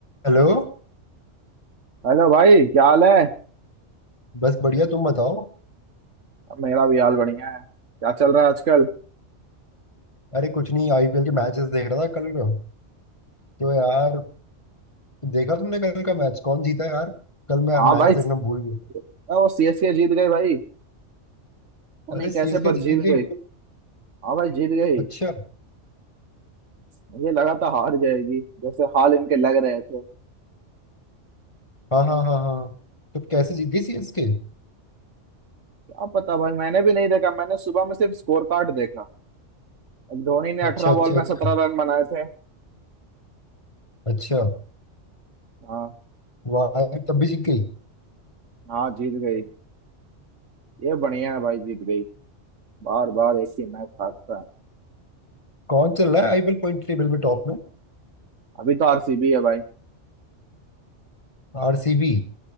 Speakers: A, on the left; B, on the right.
A: हेलो
B: Hello भाई क्या हाल है
A: बस बढ़िया तुम बताओ
B: मेरा भी हाल बढ़िया है क्या चल रहा है आजकल
A: अरे कुछ नहीं आईपीएल के मैचेस देख रहा था कल का तो यार देखा तुमने कल का मैच कौन जीता यार कल मैं
B: हाँ
A: मैच
B: भाई
A: देखना भूल गया
B: अ, वो सीएसके जीत गए भाई पता
A: अरे
B: नहीं कैसे
A: सीएसके
B: पर
A: जीत
B: जीत
A: गई
B: गई
A: वो तो
B: हाँ भाई जीत गई
A: अच्छा
B: मुझे लगा था हार जाएगी जैसे हाल इनके लग रहे थे
A: हाँ हाँ हाँ हाँ तो कैसे जीत गई सीएसके
B: क्या पता भाई मैंने भी नहीं देखा मैंने सुबह में सिर्फ स्कोर कार्ड देखा अब धोनी ने अठारह
A: अच्छा अच्छा
B: बॉल में
A: अच्छा
B: सत्रह रन बनाए थे
A: अच्छा
B: हाँ
A: वाह यार, तब भी जीत गई
B: हाँ जीत गई ये बढ़िया है भाई जीत गई बार बार एक ही मैच हारता है
A: कौन चल रहा है आईपीएल पॉइंट टेबल में टॉप में
B: अभी तो आरसीबी है भाई
A: आरसीबी